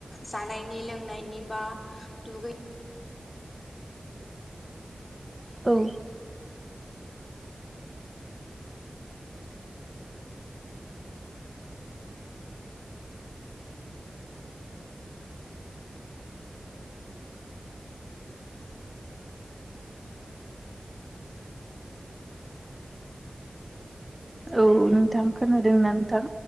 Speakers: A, on the left; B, on the right.
A: जानायनि लोंनायनि बा दुगै
B: औ। औ नोंथां खोनादोंना नोंथां?